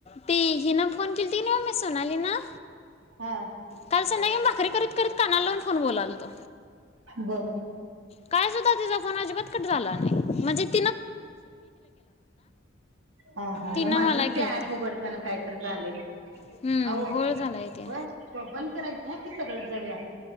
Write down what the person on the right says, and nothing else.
हा
बघ
हं हं
मग माझ
ते
ॲप उघडताना कायतर झालय ब
आओ
होय
बंद कराकी घ्याकी सगळं जाऊया